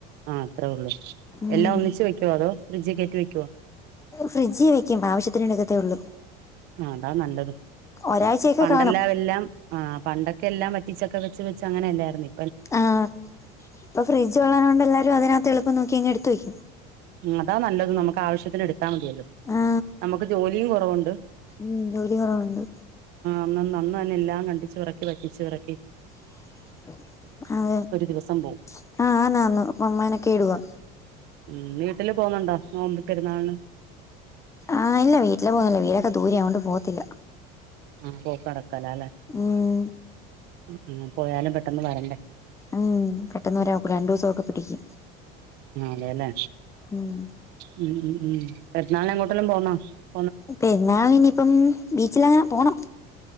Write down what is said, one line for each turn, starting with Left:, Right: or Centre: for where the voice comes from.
Right: ആ അത്ര ഉള്ളു
Left: ഉം
Right: എല്ലാ ഒന്നിച്ച് വെക്കോ അതോ ഫ്രിഡ്ജിൽ കേറ്റി വെക്കുവോ
Left: ഫ്രിഡ്ജിൽ വെക്കും ആവശ്യത്തിന് എടുക്കത്തേ ഉള്ളൂ
Right: ആ അതാ നല്ലത്
Left: ഒരാഴ്ചയൊക്കെ
Right: പണ്ടെല്ലാ
Left: കാണും
Right: എല്ലാം ആഹ് പണ്ടൊക്കെ എല്ലാം വെ പിചൊക്കെ വെച്ച് വെച്ച് അങ്ങനെയെ തേർന്നേ
Left: ആഹ് ഇപ്പൊ ഫ്രിഡ്ജ് ഒള്ളതു കൊണ്ട് എല്ലാരും അതിനാകത്ത് എളുപ്പം നോക്കിയങ്ങ് എടുത്ത് വെയ്ക്കും
Right: അതാ നല്ലത് നമുക്ക് ആവശ്യത്തിന് എടു ത്താ മതിയല്ലോ
Left: ആ
Right: നമുക്ക് ജോലിയും കുറവുണ്ട്
Left: ഉം ജോലി കുറവുണ്ട്
Right: അ നന്ന തന്നെ എല്ലാം കണ്ടിച്ചു പെറുക്കി പറ്റിച്ചു ഇറക്കി
Left: <unintelligible> ആന്ന്
Right: ദിവസം പോവും
Left: ആന്ന് <unintelligible>
Right: ഉം വീട്ടില് പോന്നുണ്ടോ നോമ്പ് പെരുന്നാളിന്
Left: ആഹ് ഇല്ല വീട്ടിലില് പോകല്ലേ വീടൊക്കെ ദൂരെയാ അതുകൊണ്ട് പോകത്തില്ല
Right: ആഹ പോക്കടക്കും. കല്ല
Left: ഉം
Right: ആഹ് പോയാലും പെട്ടന്ന് വരണ്ടേ.
Left: ഉം പെട്ടെന്ന് ഒരാക്കൂട രണ്ടു ദിവസക്കെ പിടിക്കും
Right: അല്ലേ
Left: ഉം
Right: ഉ ഉം ഉം പെരുനാളിന് എങ്ങോട്ടലും പോന്നോ? <inaudible>
Left: പെരുന്നാൾ ഇനിയിപ്പം ബീച്ചിലങ്ങനെ പോണം.